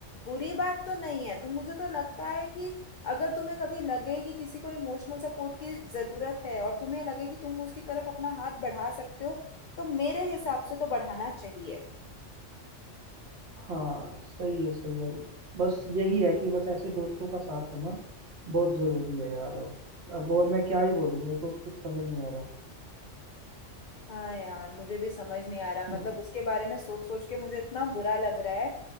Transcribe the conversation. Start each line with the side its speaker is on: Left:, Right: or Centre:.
Left: बुरी बात तो नहीं है तो मुझे तो लगता है कि अगर तुम्हें कभी लगे कि किसी को इमोशनल सपोर्ट की ज़रूरत है और तुम्हें लगे कि तुम उसकी तरफ अपना हाथ बढ़ा सकते हो तो मेरे हिसाब से तो बढ़ाना चाहिए
Right: हाँ सही है सही है बस यही है कि बस ऐसे दोस्तों का साथ होना बहुत ज़रूरी है यार अब अब और मैं क्या ही बोलूँ मेरे को कुछ समझ नहीं आ रहा
Left: हाँ यार मुझे भी समझ नहीं आ रहा मतलब
Right: हम्म,
Left: उसके बारे में सोच सोच के मुझे इतना बुरा लग रहा है